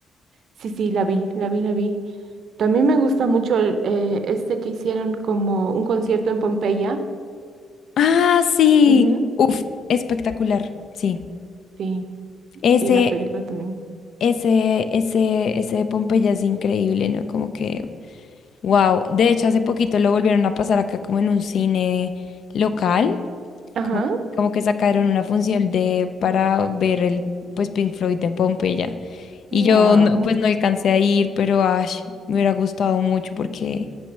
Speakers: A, on the right; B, on the left.
A: sí, sí, la vi, la vi, la vi. También me gusta mucho el, eh, este que hicieron como un concierto en Pompeya.
B: Ah, sí.
A: Ujú,
B: Uf, espectacular. Sí.
A: Sí,
B: Ese,
A: y la película también.
B: ese, ese, ese de Pompeya es increíble, ¿no? Como que, Wow, de hecho hace poquito lo volvieron a pasar acá como en un cine local,
A: Ajá,
B: como, como que sacaron una función de para ver el pues Pink Floyd de Pompeya. Y
A: wow.
B: yo no- pues no alcancé a ir, pero ash, me hubiera gustado mucho porque